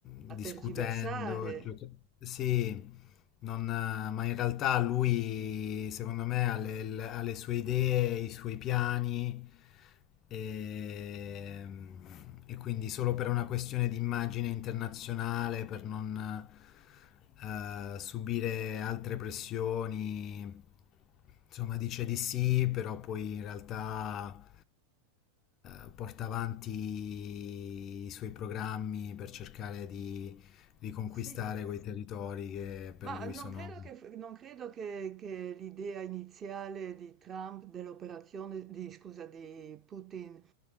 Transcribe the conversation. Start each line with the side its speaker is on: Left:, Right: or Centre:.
Left: discutendo.
Right: A tergiversare,
Left: gioca- Sì, Non, eh, ma in realtà lui, secondo me, ha le, l- ha le sue idee, i suoi piani e, e quindi solo per una questione di immagine internazionale, per non eh, subire altre pressioni, insomma, dice di sì, però poi in realtà eh, porta avanti i suoi programmi per cercare di riconquistare
Right: sì,
Left: quei territori che per
Right: Ma
Left: lui
Right: non
Left: sono...
Right: credo che, non credo che- che l'idea iniziale di Trump dell'operazione, di, scusa, di Putin,